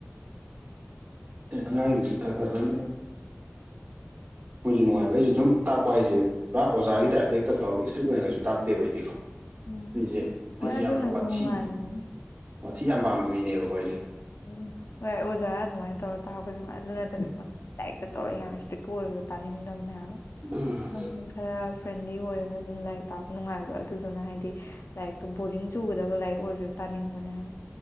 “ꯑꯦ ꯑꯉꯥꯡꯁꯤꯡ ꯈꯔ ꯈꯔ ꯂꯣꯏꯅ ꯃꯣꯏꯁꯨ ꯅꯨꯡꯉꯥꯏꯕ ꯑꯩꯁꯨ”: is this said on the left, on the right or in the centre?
Right